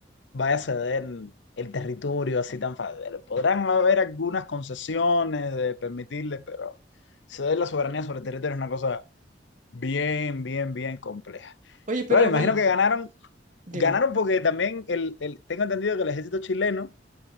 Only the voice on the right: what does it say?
Oye, pero...
Bol-
Dime.